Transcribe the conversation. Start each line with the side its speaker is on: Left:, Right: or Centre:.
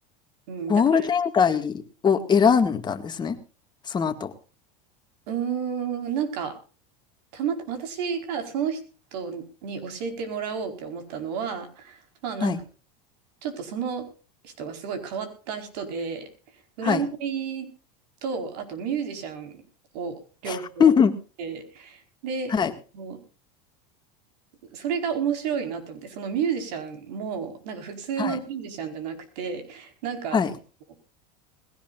Right: うん、
Left: ゴールデン街を選んだんですね。
Right: だから、
Left: その後。
Right: うーん、なんか、たまた、私がその人に教えてもらおうって思ったのは、まあなんか、
Left: はい。
Right: ちょっとその人がすごい変わった人で、占いと、
Left: はい。
Right: あとミュージシャンを両方やって、
Left: <laughs>
Right: で、
Left: はい。
Right: そのそれが面白いなって思って、そのミュージシャンも、なんか普通のミュージシャンじゃなくて、
Left: はい。
Right: なんか、
Left: はい。
Right: こう